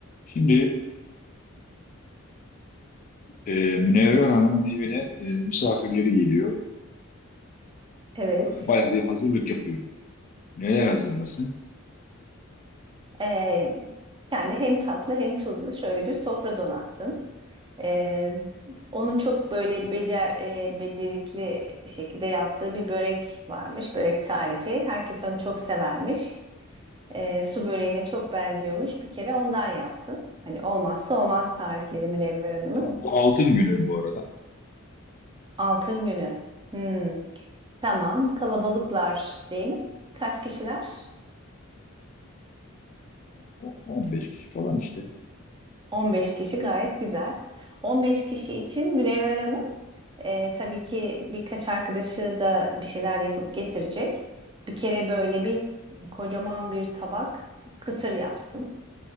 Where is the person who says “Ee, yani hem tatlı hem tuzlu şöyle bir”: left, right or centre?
Right